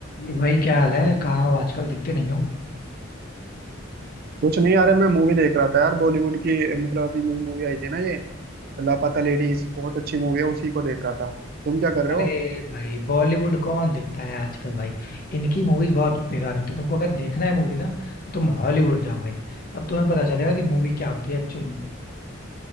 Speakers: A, on the left; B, on the right.
A: ये भाई क्या हाल है कहाँ हो आजकल दिखते नहीं हो
B: कुछ नहीं यार मैं मूवी देख रहा था यार बॉलीवुड की मतलब अभी नई मूवी आई थी ना ये लापता लेडीज बहुत अच्छी मूवी है उसी को देख रहा था तुम क्या कर
A: अरे
B: रहे हो
A: भाई बॉलीवुड कौन देखता है आजकल भाई इनकी मूवीज बहुत बेकार होती है तुमको अगर देखना है मूवी ना तो तुम हॉलीवुड जाओ भाई तब तुम्हें पता चलेगा कि मूवी क्या होती है एक्चुअल में